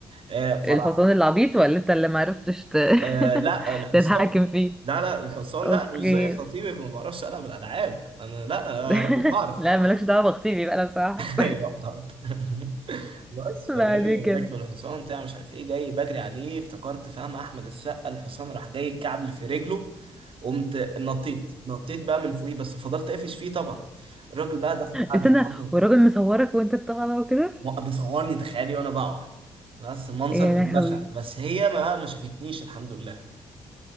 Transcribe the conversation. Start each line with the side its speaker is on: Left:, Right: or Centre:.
Right: آه فراح
Centre: الحصان العبيط ولا انت اللي معرفتش ت... <laughs>
Right: آه لا الحصان
Centre: تتحكم فيه؟
Right: لا لا الحصان
Centre: اوكي
Right: لا انا مش زي خطيبك ما بعرفش العب الالعاب انا لا آه،
Centre: <laughs>
Right: راجل بعرف
Centre: لا
Right: اه
Centre: مالكش دعوة بخطيبي بقى أنا بصراحة
Right: ايوه حاضر <laughs> بس
Centre: بعد
Right: فجاي
Centre: كده
Right: راكب الحصان بتاع مش عارف ايه جاي بجري عليه افتكرت فاهم احمد السقا الحصان راح جاي كعبل في رجله قمت نطيت نطيت بقى من فوقيه بس فضلت قافش فيه طبعا الراجل بقى دخل قعد
Centre: استنى
Right: يطمن
Centre: والراجل مصورك وانت بتطلع وكده
Right: وقف بيصورني تخيلي وانا بقع بس المنظر
Centre: يا
Right: كان
Centre: لهوي
Right: بشع بس هي ما ما شافتنيش الحمد لله